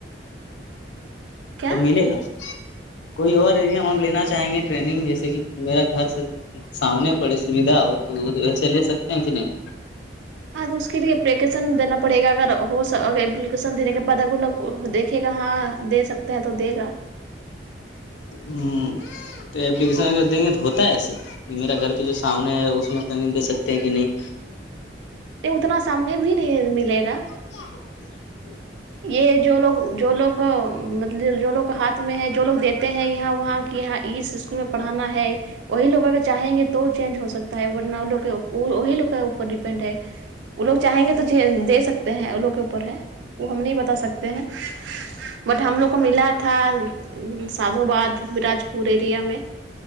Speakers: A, on the right; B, on the left.
A: کیا
B: تب ملے گا کوئی اور ایریا ہم ا لینا چاہیں گے ٹرینگ جیسے کہ میرا گھر سے سامنے پڑی سویدھا ہو تو ویسے لے سکتے ہیں کہت نہیں
A: اس کے لیے اپلیکیشن دینا پڑے گا اگر ہو اپلیکشن دینے کے بعد ا لگ دیکھے گا ہاں دے سکتے ہیں تو دے گا
B: ہ تو اپلیکیشن دیں گے تو ہوتا ہے ایسے میرا گھر کے جو سامنے ہے اس میں ٹریننگ دے سکتے ہیں کہ نہیں
A: نہیں اتنا سامنے بھی نہیں ملے گا
B: کیا
A: یہ جو لوگ جو لوگ ملب جو لوگ ہاتھ میں ہے جو لوگ دیتے ہیں یہاں وہاں کہ یہاں اس اسکول میں پڑانا ہے وہی لوگ اگر چاہیں گے تو چینج ہو سکتے ورنی لو کے اوپر ڈیپینڈ ہے وہ لگ چاہیں گے تو دے سکتے ہیں ان لو کے اوپر ہے وہ ہم نہیں بتا سکتے ہیں بٹ ہم لوگ کو ملا تھا سھوباد براج پور ایریا میں